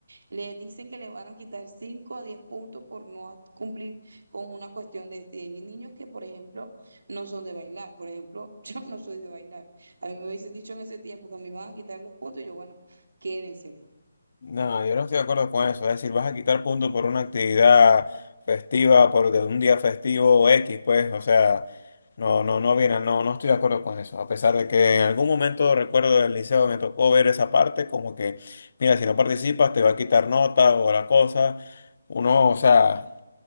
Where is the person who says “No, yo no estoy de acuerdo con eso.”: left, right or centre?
Left